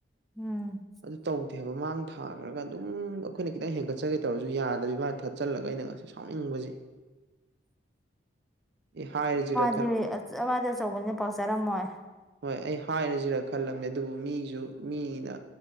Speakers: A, in the centre; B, on the right.
A: ꯎꯝ
B: ꯑꯗꯨ ꯇꯧꯗꯦꯕ ꯃꯥꯡ ꯊꯥꯈ꯭ꯔꯒ ꯑꯗꯨꯝ ꯑꯩꯈꯣꯏꯅ ꯈꯤꯇꯪ ꯍꯦꯟꯒꯠꯆꯒꯦ ꯇꯧꯔꯁꯨ ꯌꯥꯗꯕꯤ ꯃꯥꯅ ꯊꯠꯆꯜꯂꯒ ꯑꯩꯅ ꯉꯁꯥꯏ ꯁꯥꯎꯅꯤꯡꯕꯁꯦ ꯏ ꯍꯥꯏꯔꯖꯤꯔ
A: ꯗꯤ ꯑꯃꯗꯤ ꯑꯆꯧꯕꯅꯤꯅ ꯄꯥꯛ ꯆꯥꯔꯝꯃꯣꯏ
B: ꯍꯣꯏ ꯑꯩ ꯍꯥꯏꯔꯁꯤꯔ ꯈꯜꯂꯝꯃꯦ ꯑꯗꯨꯕꯨ ꯃꯤꯁꯨ ꯃꯤꯅ